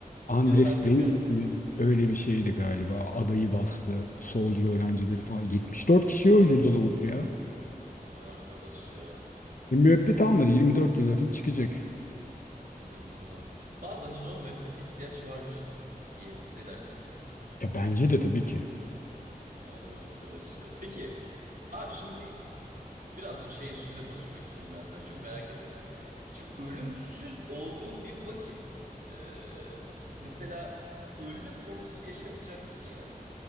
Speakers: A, on the left; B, on the right.
A: Andres
B: yatar çıkarsın.
A: Breivik Öyle bir şeydi galiba. Adayı bastı. Solcu öğrencileri falan. 74 kişi öldürdü lavuk ya.
B: Vay arkadaş ya.
A: Ve müebbet almadı. 24 yıl yatıp çıkacak.
B: İnanılmaz. Bazen o zaman müebbete ihtiyaç varmış diyelim. Ne dersin?
A: Ya bence de tabii ki.
B: Ya Allah arkadaş ya. Peki abi şimdi birazcık şey üstüne konuşmak istiyorum ben sana. Çünkü merak ediyorum. Şimdi ölümsüz olduğun bir vakit e, mesela ölme korkusu yaşamayacaksın ya.